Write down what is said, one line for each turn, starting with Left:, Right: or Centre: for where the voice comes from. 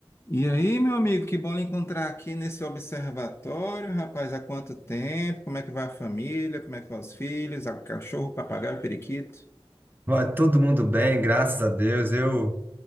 Left: E aí, meu amigo, que bom lhe encontrar aqui nesse observatório, rapaz, há quanto tempo? Como é que vai a família? Como é que vão os filhos? O cachorro, o papagaio, o periquito?
Right: Vai todo mundo bem, graças a Deus. Eu